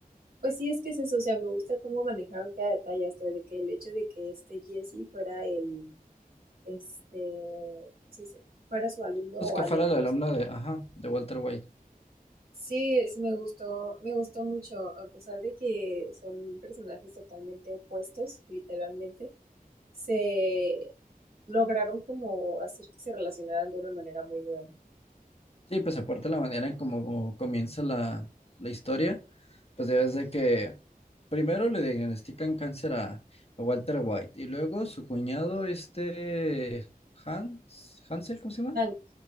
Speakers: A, on the right (about 85°); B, on the left (about 40°).
A: pues sí, es que es eso, o sea, me gusta cómo manejaron cada detalle, hasta de que el hecho de que este Jesse fuera el este, ¿cómo se dice? Fuera su alumno
B: Pues
A: o
B: que
A: haya
B: fuera
A: sido
B: el alumno
A: su alumno.
B: de, ajá, de Walter White.
A: Sí, sí me gustó, me gustó mucho, a pesar de que son personajes totalmente opuestos, literalmente, se lograron como hacer que se relacionaran de una manera muy buena.
B: Sí, pues aparte la manera en cómo comienza la, la historia, pues debes de que primero le diagnostican cáncer a, a Walter White y luego su cuñado, este Hans, Hansel, ¿cómo se llama?
A: Hank,